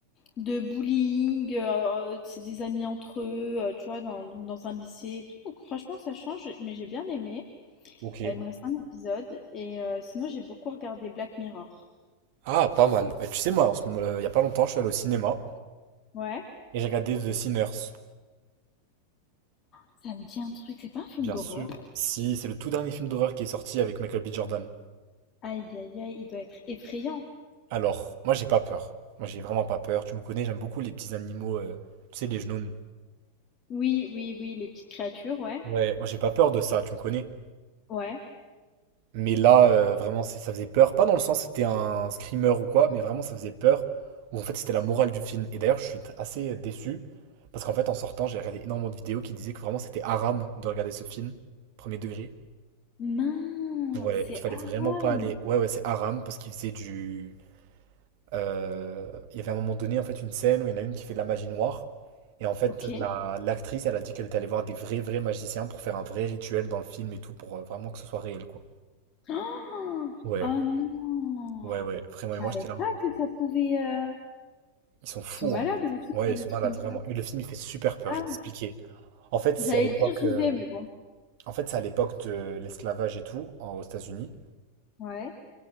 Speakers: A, on the left; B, on the right.
A: de bullying, heu, c'est des amis entre eux, heu, tu vois, dans dans un lycée et tout, donc franchement ça change, mais j'ai bien aimé.
B: Ok.
A: Heu, il me reste un épisode et heu, sinon j'ai beaucoup regardé Black Mirror.
B: Ah, pas mal. Bah, tu sais, moi, en ce moment- euh, il y a pas longtemps, je suis allé au cinéma
A: Ouais?
B: et j'ai regardé The Sinners.
A: Ça me dit un truc, c'est pas un film
B: Bien
A: d'horreur?
B: sûr. Si, c'est le tout dernier film d'horreur qui est sorti avec Michael B. Jordan.
A: Aïe aïe aïe, il doit être effrayant.
B: Alors, moi, j'ai pas peur. Moi, j'ai vraiment pas peur. Tu me connais, j'aime beaucoup les petits animaux, euh, tu sais, les genoux.
A: Oui, oui, oui, les petites créatures, ouais.
B: Ouais, moi j'ai pas peur de ça, tu me connais.
A: Ouais.
B: Mais là, euh, vraiment, c'est- ça faisait peur. Pas dans le sens c'était un screamer ou quoi, mais vraiment ça faisait peur. Où en fait c'était la morale du film. Et d'ailleurs, je suis tr- assez déçu. Parce qu'en fait, en sortant, j'ai regardé énormément de vidéos qui disaient que vraiment c'était haram de regarder ce film, premier degré.
A: Mince,
B: Ouais,
A: c'est
B: et qu'il fallait vraiment
A: Aram!
B: pas aller. Ouais, ouais, c'est haram parce qu'il faisait du. euh, Il y avait à un moment donné, en fait, une scène où il y en a une qui fait de la magie noire. Et en fait,
A: OK.
B: la-
A: <gasps>
B: l'actrice, elle a dit qu'elle était allée voir des vrais, vrais magiciens pour faire un vrai rituel dans le film et tout, pour euh, vraiment que ce soit réel, quoi.
A: Oh!
B: Ouais,
A: Oh non!
B: ouais, ouais, vraiment.
A: Je
B: Et moi,
A: savais
B: j'étais là, en
A: pas
B: mode,
A: que ça pouvait, heu
B: ils sont fous,
A: ils sont malades
B: hein.
A: aussi
B: Ouais,
A: de faire
B: ils
A: des
B: sont
A: trucs
B: malades,
A: comme
B: vraiment.
A: ça.
B: Et le film, il fait super peur,
A: Ah!
B: je vais t'expliquer. En fait, c'est
A: J'allais
B: à l'époque,
A: dire j'y
B: euh,
A: vais, mais bon.
B: en fait, c'est à l'époque de l'esclavage et tout, en- aux États-Unis.
A: Ouais.